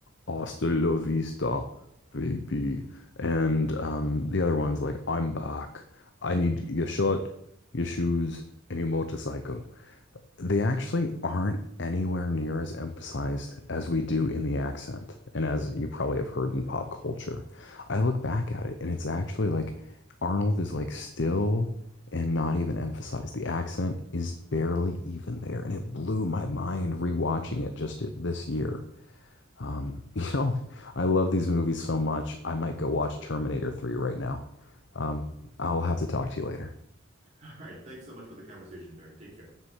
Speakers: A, on the left; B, on the right.
A: Hasta la vista, baby. And um, the other one's like, I'm back. I need your shirt, your shoes, and your motorcycle. They actually aren't anywhere near as emphasized as we do in the accent, and as you probably have heard in pop culture. I look back at it, and it's actually like Arnold is like still and not even emphasized. The accent is barely even there, and it blew my mind rewatching it just this year. Um, <laughs> you know, I love these movies so much. I might go watch Terminator 3 right now. Um, I'll have to talk to you later.
B: <laughs> All right, thanks so much for the conversation, Derek. Take care.